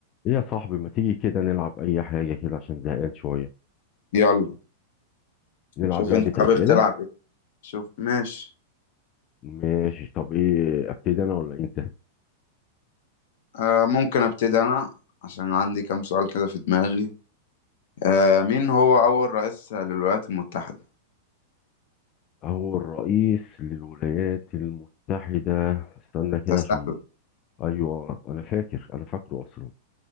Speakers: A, on the left (about 40°); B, on the left (about 65°).
A: إيه يا صاحبي ما تيجي كده نلعب اي حاجة كده عشان زهقان شوية
B: يلا
A: نلعب
B: شوف
A: لعبة
B: انت حابب
A: اسئلة
B: تلعب ايه شوف ماشي
A: ماشي طب ايه ابتدي انا ولا انت
B: آه ممكن ابتدي انا عشان عندي كام سؤال كده في دماغي آه مين هو اول رئيس للولايات المتحدة
A: هو الرئيس للولايات المتحدة استنى كده
B: ده
A: عشان
B: سهل
A: ايوه انا فاكر انا فاكره اصلا